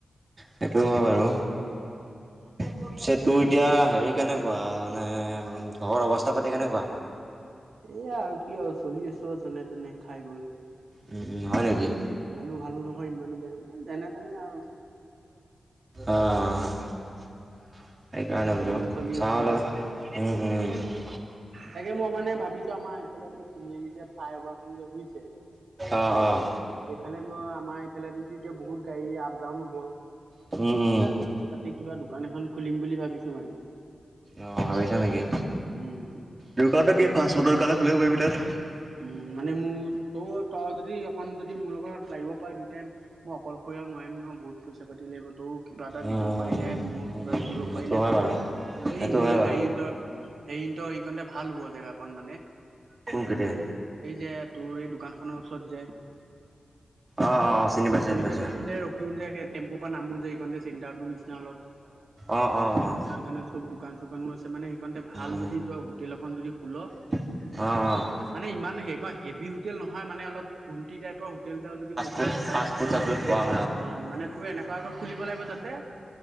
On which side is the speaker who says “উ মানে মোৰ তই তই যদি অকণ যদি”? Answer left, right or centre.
Right